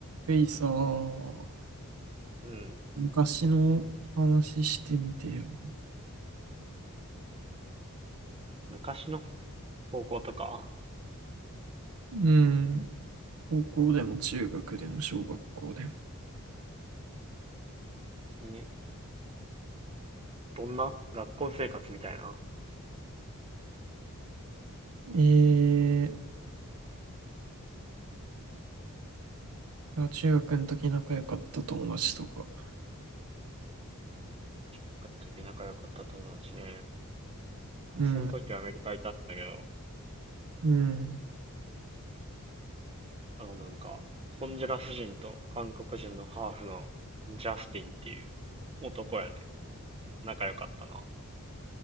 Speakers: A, on the right; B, on the right.
A: ゆいさん、ー
B: うん。
A: 昔の話してみてよ。
B: 昔の高校とか、
A: うん。高校でも中学でも小学校でも。
B: 別に、どんな学校生活みたいな。
A: えー、じゃあ中学の時仲良かった友達とか。
B: 僕の時仲良かった友達ね。
A: うん。
B: その時アメリカいたんだけど、
A: うん。
B: あのなんか、ホンジュラス人と韓国人のハーフのジャスティンっていう男やね。仲良かったな。